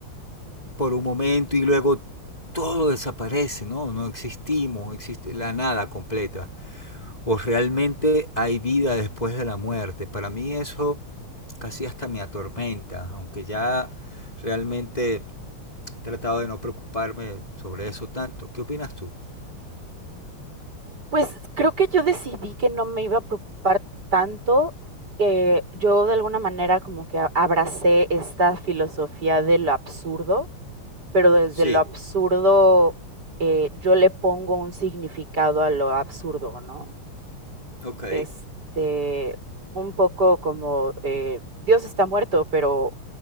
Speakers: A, on the left; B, on the right.
A: por un momento y luego todo desaparece, ¿no? No existimos, existe la nada completa. o realmente hay vida después de la muerte. Para mí eso casi hasta me atormenta, aunque ya realmente he tratado de no preocuparme sobre eso tanto. ¿Qué opinas tú?
B: Pues, creo que yo decidí que no me iba a preocupar tanto, eh, yo de alguna manera como que a abracé esta filosofía de lo absurdo, pero desde
A: Sí,
B: lo absurdo, eh, yo le pongo un significado a lo absurdo, ¿no?
A: ok.
B: Este, un poco como, eh, Dios está muerto, pero